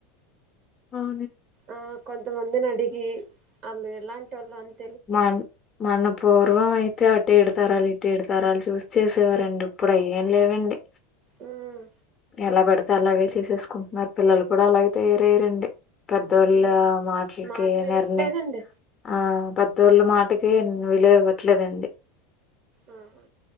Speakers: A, on the left (about 25°); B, on the right (about 45°).
A: హా
B: ఆ కొంతమందిని అడిగి అల్లు ఎలాంటి వాళ్ళు అంత
A: మన మన పూర్వం అయితే అటే ఎడు తరాలు ఇట్టేడు తరాలు చూసి చేసేవారండి ఇప్పుడు అ ఏం లేవండి
B: ఉమ్
A: ఎలా పడితే అలాగే చేసేసుకుంటున్నారు పిల్లలు కూడా అలాగే తయరయ్య రండి పెద్దోళ్ళ
B: ఉమ్
A: మాటలకి
B: మాట వినట్లేదండి
A: నిర్ణ ఆ పెద్ద వీళ్ళ మాటకి విలువ ఇవ్వట్లేదండి
B: ఉమ్